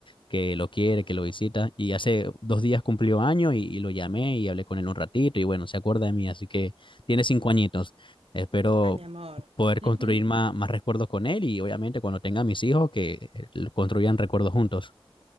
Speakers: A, on the left; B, on the right.
A: que lo quiere, que lo visita. Y hace dos días cumplió año y, y lo llamé y hablé con él un ratito y bueno, se acuerda de mí, así que tiene cinco añitos. Espero
B: Ah, mi amor.
A: poder construir
B: Ujú.
A: más, más recuerdos con él y obviamente cuando tenga mis hijos que eh, lo construyan recuerdos juntos.